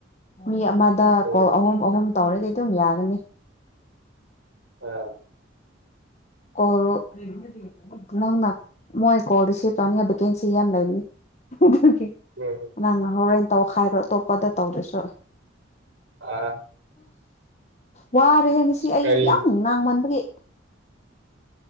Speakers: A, on the left (about 35°); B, on the right (about 65°).
A: ꯃꯤ ꯑꯃꯗ
B: ꯎꯝ
A: ꯀꯣꯜ ꯑꯍꯨꯝ ꯑꯍꯨꯝ ꯇꯧꯔꯗꯤ ꯑꯗꯨꯝ ꯌꯥꯒꯅꯤ
B: ꯑꯥ
A: <unintelligible> ꯅꯪꯅ ꯃꯣꯏ ꯀꯣꯜ ꯔꯤꯁꯤꯚ ꯇꯧꯅꯤ ꯚꯦꯀꯦꯟꯁꯤ ꯌꯥꯝ ꯂꯩꯕꯅꯤ ꯑꯗꯨꯒꯤ
B: ꯎꯝ
A: ꯅꯪꯅ ꯍꯣꯔꯦꯟ ꯇꯧꯈꯥꯏꯔꯣ ꯑꯇꯣꯞꯄꯗ ꯇꯧꯗ꯭ꯔꯁꯨ
B: ꯑꯥ
A: ꯋꯥꯔꯦꯍꯦ ꯉꯁꯤ
B: ꯑꯁ
A: ꯑꯩꯌ
B: ꯀꯔꯤ
A: ꯌꯥꯝ ꯉꯥꯡꯃꯟꯕꯒꯤ